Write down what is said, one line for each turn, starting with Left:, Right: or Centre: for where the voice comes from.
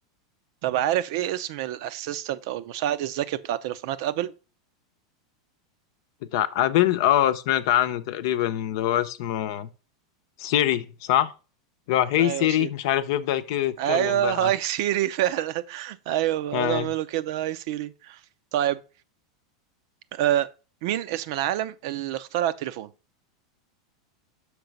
Right: طب عارف ايه اسم الاسيستنت او المساعد الذكي بتاع تليفونات ابل
Left: بتاع ابل اه سمعت عنه تقريبا اللي هو اسمه سيري صح؟ اللي هو هي
Right: ايوه
Left: سيري
Right: سيدي.
Left: مش عارف يبدأ كده يتكلم
Right: ايوه
Left: بقى
Right: هاي سيري فعلا <laughs> ايوه بيقعدوا
Left: آه.
Right: يعملوا كده هاي سيري طيب آه مين اسم العالم اللي اخترع التليفون